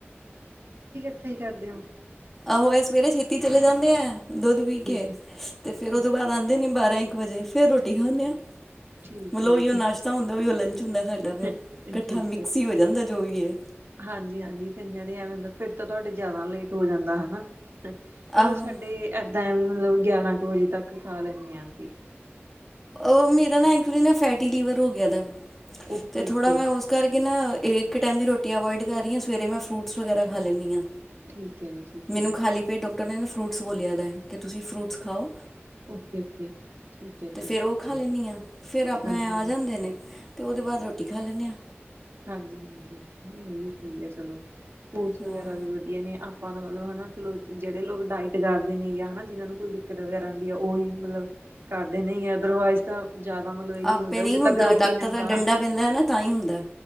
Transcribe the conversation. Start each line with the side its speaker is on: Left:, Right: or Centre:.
Right: ਕੀ ਕਰਦੇ ਹੋ।
Centre: ਆਹੋ, ਇਹ ਸਵੇਰੇ ਛੇਤੀ ਚਲੇ ਜਾਂਦੇ ਐ। ਦੁੱਧ ਪੀ
Right: ਠੀਕ
Centre: ਕੇ।
Right: ਹੈ
Centre: ਤੇ ਫੇਰ
Right: ਠੀਕ
Centre: ਉਹ ਤੋਂ ਬਾਅਦ ਆਉਂਦੇ ਨੇ ਬਾਰਾਂ-ਇੱਕ ਇੱਕ ਵਜੇ, ਫੇਰ ਰੋਟੀ ਖਾਨੇ ਆ।
Right: ਠੀਕ
Centre: ਮਤਲਬ
Right: ਹੈ
Centre: ਉਹੀਓ
Right: ਜੀ
Centre: ਨਾਸ਼ਤਾ ਹੁੰਦਾ, ਉਹੀਓ ਲੰਚ। ਹੁੰਦਾ ਸਾਡਾ
Right: ਠੀਕ
Centre: ਫਿਰ, ਇਕੱਠਾ
Right: ਠੀਕ
Centre: ਮਿਕਸ
Right: ਹੈ
Centre: ਹੀ ਹੋ ਜਾਂਦਾ ਜੋ ਵੀ ਹੈ।
Right: ਹਾਂਜੀ-ਹਾਂਜੀ ਕਈਆਂ ਦੇ ਐਵੇਂ ਹੁੰਦਾ ਫਿਰ ਤਾਂ ਤੁਹਾਡੇ ਜ਼ਿਆਦਾ ਲੇਟ ਹੋ ਜਾਂਦਾ, ਹਨਾ। ਮਤਲਬ
Centre: ਆਹੋ
Right: ਸਾਡੇ ਐਦ ਟਾਈਮ ਮਤਲਬ, ਗਿਆਰਾਂ ਕੁ ਵਜੇ ਤੱਕ ਖਾ ਲੈਂਦੇ ਹਾਂ ਅਸੀਂ।
Centre: ਉਹ ਮੇਰਾ ਨਾ ਐਕਚੁਲੀ ਨਾ, ਫੈਟੀ ਲੀਵਰ ਹੋ ਗਿਆ ਦਾ।
Right: ਓਕੇ-ਓਕੇ
Centre: ਤੇ ਥੋੜਾ ਮੈਂ, ਉਸ ਕਰਕੇ ਨਾ। ਏ ਇੱਕ ਟਾਈਮ ਦੀ ਰੋਟੀ ਅਵੋਇਡ ਕਰ ਲੈਣੀ ਆ, ਸਵੇਰੇ ਮੈਂ ਫਰੂਟਸ ਵਗੈਰਾ ਖਾ ਲੈਣੀ ਆ।
Right: ਠੀਕ ਐ ਜੀ ਠੀਕ
Centre: ਮੈਨੂੰ
Right: ਐ
Centre: ਖਾਲੀ ਪੇਟ ਡਾਕਟਰ ਨੇ ਫਰੂਟਸ ਬੋਲਿਆ ਦਾ, ਕਿ ਤੁਸੀਂ ਫਰੂਟਸ ਖਾਉ।
Right: ਓਕੇ, ਓਕੇ ਠੀਕ ਐ।
Centre: ਅਤੇ
Right: ਠੀਕ
Centre: ਫਿਰ ਉਹ ਖਾ ਲੈਣੀ ਆ, ਫਿਰ ਆਪਣੇ
Right: ਹਾਂਜੀ-ਹਾਂਜੀ,
Centre: ਆ ਜਾਂਦੇ ਨੇ। ਅਤੇ ਉਹਦੇ ਬਾਅਦ ਰੋਟੀ ਖਾ ਲੈਣੇ ਆ।
Right: ਹਾਂਜੀ ਹਾਂਜੀ। ਨਹੀਂ, ਇਹ ਵੀ ਠੀਕ ਹੈ ਚਲੋ। ਓਟਸ ਵਗੈਰਾ
Centre: ਹਾਂ
Right: ਵੀ ਵਧੀਆ ਨੇ ਆ ਆਪਾਂ ਦਾ ਮਤਲਬ ਹਨਾ, ਜਿਹੜੇ ਲੋਕ ਡਾਇਟ ਕਰਦੇ ਨੇ ਜਾਂ ਹਨਾ ਜਿਹਨਾਂ ਨੂੰ ਕੋਈ ਦਿੱਕਤ ਵਗੈਰਾ ਆਉਂਦੀ ਆ, ਉਹੀ ਮਤਲਬ ਕਰਦੇ ਨਹੀਂ ਆ, ਅਦਰਵਾਈਜ਼ ਤਾਂ ਜ਼ਿਆਦਾ ਮਤਲਬ ਇਹੀ
Centre: ਆਪੇ
Right: ਵੀ
Centre: ਨਹੀਂ
Right: ਜਦ
Centre: ਹੁੰਦਾ,
Right: ਤੱਕ ਰੋਟੀ
Centre: ਡਾਕਟਰ
Right: ਨਾ
Centre: ਦਾ
Right: ਖਾ
Centre: ਡੰਡਾ ਪੈਂਦਾ ਨਾ ਤਾਂ ਹੀ ਹੁੰਦਾ।